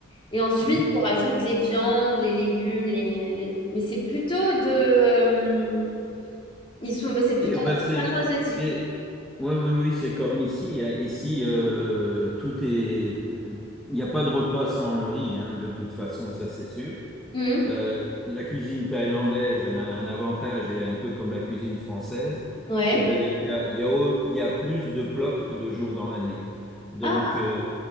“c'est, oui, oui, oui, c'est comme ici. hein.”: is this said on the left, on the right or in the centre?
Centre